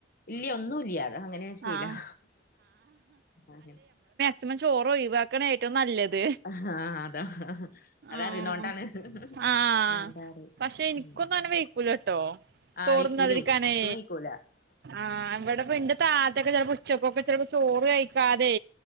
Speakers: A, on the left; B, on the right.
A: ഇല്യ ഒന്നുല്ല്യ അങ്ങനെയാ ശീലം
B: ആഹ്
A: അങ്ങനെ
B: ചുമ്മ ചോറ് ഒഴിവാക്ണെ ഏറ്റവും നല്ലത്
A: ആഹ് അതാ അതറിണോണ്ടാണ്
B: ആഹ് ആഹ്
A: വേണ്ടാറിം
B: പഷേ എനിക്കൊന്നു
A: ഉം
B: അന്നേവൈ പുലട്ടോ
A: ആഹ്
B: ചോർന്നാതിരിക്കാനേ
A: വിക്കൂലേ ഇക്കും വിക്കൂല
B: ആഹ് ഇവടെപ്പന്റെ അതേപോലെ ചെലപ്പോ ഉച്ചയ്ക്ക് ചെലപ്പം ചോറ് കഴിക്കാതെ